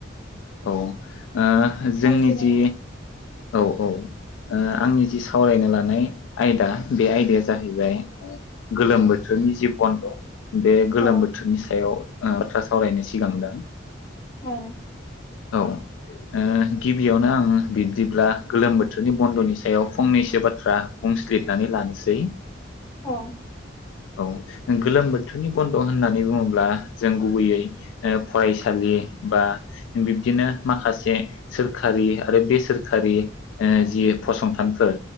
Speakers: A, on the left; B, on the left.
A: औ ओ जोंनि
B: रायज्लायनांगोन
A: जि। औ औ आंनि जि सावरायनो लानाय आयदा बे आयदाया जाहैबाय गोलोम बोथोरनि जि बन्द बे गोलोम
B: औ
A: बोथोरनि सायाव ओ बाथ्रा सावरायनो सिगांदों।
B: औ
A: औ ओ गिबियावनो आं बिब्दिब्ला गोलोम बोथोरनि बन्दनि सायाव फंनैसो बाथ्रा बुंस्लिरनानै लानोसै।
B: औ
A: औ गोलोम बोथोरनि बन्द होननानै बुङोब्ला जों गुबैयै फरायसालि बा बिब्दिनो माखासे सोरखारि आरो बे सोखारि ओ जि फसंथानफोर।